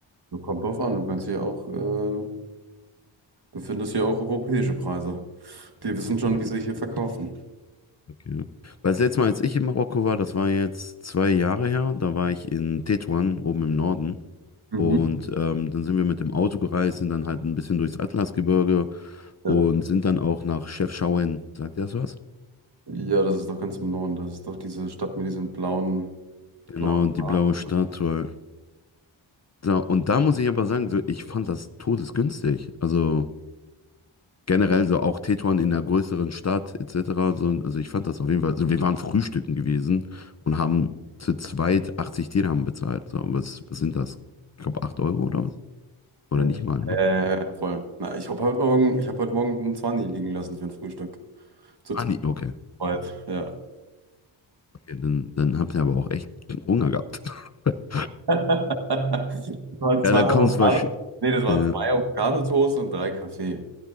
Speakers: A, on the right; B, on the left.
A: So Kommt drauf an, du kannst hier auch, äh, du findest hier auch europäische Preise. Die wissen schon,
B: Hm,
A: wie sie sich hier verkaufen.
B: Okay. Weil das letzte Mal, als ich in Marokko war, das war jetzt zwei Jahre her, da war ich in Tetuan, oben im Norden.
A: Mhm.
B: Und ähm, dann sind wir mit dem Auto gereist, sind dann halt ein bisschen durchs Atlasgebirge
A: Ja.
B: und sind dann auch nach Chefchaouen. Sagt ihr das was?
A: Ja, das ist doch ganz im Norden. Das ist doch diese Stadt mit diesen blauen,
B: Genau,
A: blauen
B: und
A: Haaren.
B: die blaue Statue. So, und da muss ich aber sagen, so, ich fand das todesgünstig. Also. generell so auch Tetuan in einer größeren Stadt etc. So, also ich fand das auf jeden Fall. Also wir waren frühstücken gewesen und haben zu zweit 80 Dirham bezahlt. So, was, was sind das? Ich glaube 8 Euro oder was? Oder
A: Ja.
B: nicht mal, ne?
A: Äh, voll. Na, ich habe heute Morgen, ich habe heute Morgen einen 20 liegen lassen für ein Frühstück. Zu
B: Ah, nee, okay.
A: zweit, ja.
B: okay dann, dann habt ihr aber auch echt Hunger gehabt. <laughs>
A: <laughs> Das waren zwei
B: Ja, dann
A: Avocado.
B: kommst du wahrscheinlich.
A: Nee, das waren
B: Äh,
A: zwei Avocado-Toast und drei Kaffee.